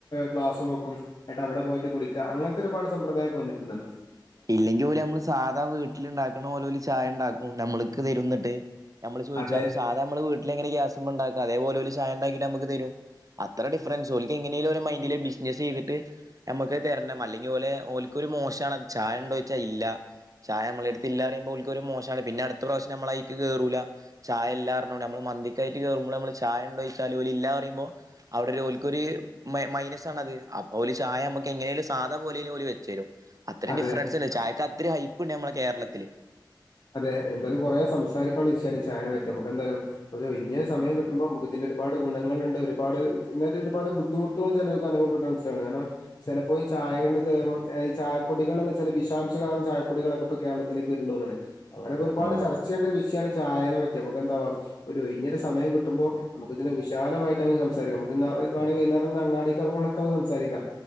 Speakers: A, on the left; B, on the right.
A: ക്ലാസ് നോക്കും എന്നിട്ട് അവിടെ പോയിട്ട് കുടിക്കുക അങ്ങനത്തെ ഒരുപാട് സമ്പ്രദായംക്കെ വന്നിട്ടുണ്ട്
B: ഇല്ലെങ്കിൽ പോലെ നമ്മള് സാധാ വീട്ടിൽ ഉണ്ടാക്കണ പോലെല ചായ ഉണ്ടാക്കും നമ്മൾക്ക് തരുന്നിട്ട് നമ്മള് ചോയിച്ചാലും
A: അതെ
B: സാധാ നമ്മ വീട്ടിലെങ്ങനെ ഗാസ്മ്മെണ്ടാ അതേപോലെ ഓല് ചായണ്ടാക്കിട്ട് നമുക്ക് തരും അത്ര ഡിഫറൻസ് ഓൽക്ക് എങ്ങനേം ഓലെ മൈൻഡില് ബിസിനസ് ചെയ്തിട്ട് ഞമ്മക്ക് അത് തരണം അല്ലെങ്കിൽ ഓൽക്ക് ഒരു മോശാണത് ചായ ഉണ്ടോ ച്ചാ ഇല്ല ചായ നമ്മളെ എടുത്ത് ഇല്ലാ പറയുമ്പോ ഓല്ക്കൊരു മോശാണ് പിന്നെ അടുത്ത പ്രാവശ്യം നമ്മൾ അയിക്ക് കേറൂല ചായ ഇല്ലാ പറഞ്ഞോണ്ട് മന്തിക്കായിട്ട് കേറുമ്പോ നമ്മള് ചായ ഉണ്ടോച്ചാൽ ഇല്ല പറയുമ്പോ അവിടെ ഓൽക്കൊരു മൈ മൈനസാണ് അപ്പോല് ഓല് ചായ എങ്ങനേലും സാദാ പോലെ ഓല് വെച്ചെരും അത്രയും
A: അതെ
B: ഡിഫറൻസ് ഉണ്ട് ചായക്ക ത്തിരിഹൈപ്പ് ഉണ്ട് നമ്മളെ കേരളത്തില്
A: അതെ എന്തായാലും കുറേ സംസാരിക്കാനുള്ള വിഷയാണ് ചായനെ പറ്റി നമുക്ക് എന്തായാലും ഒരു ഒഴിഞ്ഞ സമയം കിട്ടുമ്പോൾ നമുക്ക് ഇതിന്റെ ഒരുപാട് ഗുണങ്ങളുണ്ട് ഒരുപാട് ഇതിനായിട്ട് ഒരുപാട് ബുദ്ധിമുട്ടുകളും ചെലോര്ക്ക് അനുഭവപ്പെട്ട മനസിലാണ് കാരണം ചിലപ്പോ ചായകളിൽ ചിലപ്പോഈ ചായ പൊടികൾ എന്ന ചില വിഷാംശം കലർന്ന ചായപ്പൊടികളൊക്കെ ഇപ്പൊ കേരളത്തിലേക്ക് വരുന്നുണ്ട് അങ്ങനെക്കൊരുപാട്
B: ആഹ്
A: ചർച്ച ചെയ്യണ്ട ഒരു വിഷയ ചായനെ പറ്റി നമുക്ക് എന്താവാ ഒരു കഴിഞ്ഞൊ സമയം കിട്ടുമ്പോ നമു ഇതിന് വിശാലമായിട്ട് നമ്മക്ക് സംസാരിക്കാ നമുക്ക് വാണെങ്കി വൈകുന്നേരം അങ്ങാടിക്കെറങ്ങുമ്പൊക്കെ നമുക്ക് സംസാരിക്കാം